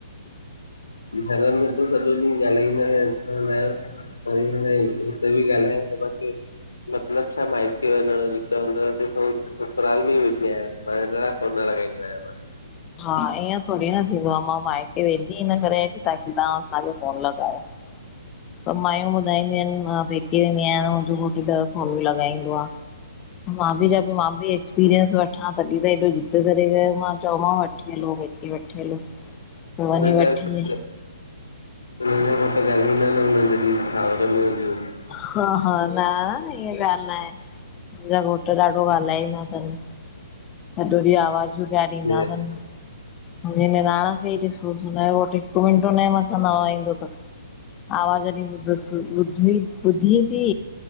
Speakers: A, on the left (about 80°); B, on the left (about 25°).
A: घर में त सॼो ॾींहुं ॻाल्हाईंदा रहंदा आहयो। ताई ह <unintelligible> हुत्ते ॿि ॻाल्हांया त बाकि मतलब छा मायके वंञण जो, त चंवंदव त वेठा हुज ससुराल में ई वेठी आहियां, मां हिन लाए फोन न लॻाईंदो आहियां मां
B: हा, ईअं थोङी न थींदो आ, मां माइके वेंदी हिन करे आंयाकि ताकी तहां असांखे फ़ोन लॻायो। सब मायूं ॿुधाईंदियूं आहिन, मां पेके वेंदी आहयां मुंहिंजो घोटु ॾह फोनियूं लॻाईंदो आ। मां बि चयो कि मां बि एक्स एक्सपीरियंस वठां तॾहिं त हेॾो ज़िद्द करे करे मां चयो मांव वठी हलो हेॾै वठी हलो।
A: हुननि
B: वंञी वठी
A: जा हुननि खां घटु ॻाल्हाईंदा न हुन ज सावर में हूंदियूं आहिन <unintelligible>
B: हा- हा, न ईअ ॻाल न आहे, मुंहिंजा घोट ॾाढो ॻाल्हाइंदा थन। सॼो ॾींअ आवाजूं पिया ॾींदा
A: हूंदा
B: थन। मुंहिंजी निराण खे ई ॾिसोस, हुनजो घोट हिकु मिंन्ट उन जे मथां न हलाईंदो थस। आवाज ॾींदो थस, बुधी- बुधीं ती।